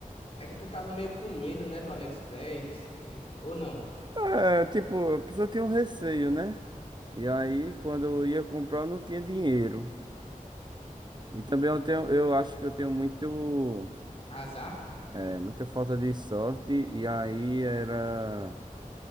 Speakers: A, on the left (about 45°); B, on the right (about 30°).
A: É que tu tava meio com medo, né, do AliExpress, de- de- ou não?
B: É, tipo, a pessoa tem um receio, né? E aí, quando eu ia comprar, eu não tinha dinheiro. E
A: Uhum.
B: também eu tenho, eu acho que eu tenho muito.
A: Azar?
B: É, muita falta de sorte. E aí era.